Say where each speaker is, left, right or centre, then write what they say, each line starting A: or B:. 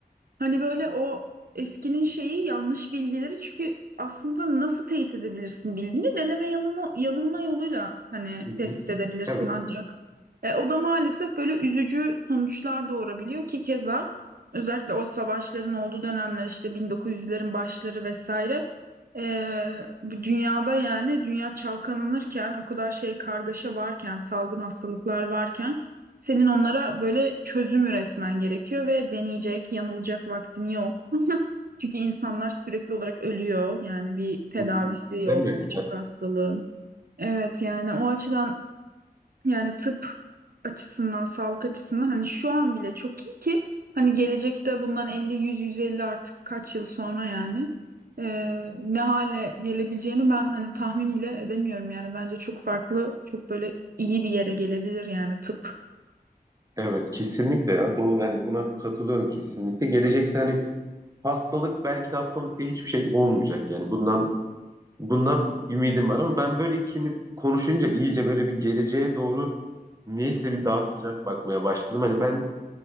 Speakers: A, on the right; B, on the right.
A: Hani böyle o eskinin şeyi yanlış bilgileri çünkü aslında nasıl teyit edebilirsin bilgini? Deneme yanılma, yanılma yoluyla hani
B: Hı hı.
A: tespit edebilirsin
B: Evet.
A: ancak. E, o da maalesef böyle üzücü sonuçlar doğurabiliyor ki keza özellikle o savaşların olduğu dönemler işte 1900'lerin başları vesaire ee, bu dünyada yani dünya çalkalanırken o kadar şey kargaşa varken salgın hastalıklar varken senin onlara böyle çözüm üretmen gerekiyor ve deneyecek yanılacak vaktin yok. <laughs> Çünkü insanlar sürekli olarak ölüyor yani bir tedavisi
B: Hı hı.
A: yok
B: Değil mi?
A: birçok hastalığın. Evet yani o açıdan yani tıp açısından, sağlık açısından hani şu an bile çok iyi ki hani gelecekte bundan 50, 100, 150 artık kaç yıl sonra yani eee, ne hale gelebileceğini ben hani tahmin bile edemiyorum yani bence çok farklı, çok böyle iyi bir yere gelebilir yani tıp.
B: Evet kesinlikle ya doğru yani buna katılıyorum kesinlikle. Gelecekte hani hastalık belki de hastalık diye hiçbir şey olmayacak yani bundan bundan ümidim var ama ben böyle ikimiz konuşunca iyice böyle bir geleceğe doğru neyse bir daha sıcak bakmaya başladım. Hani ben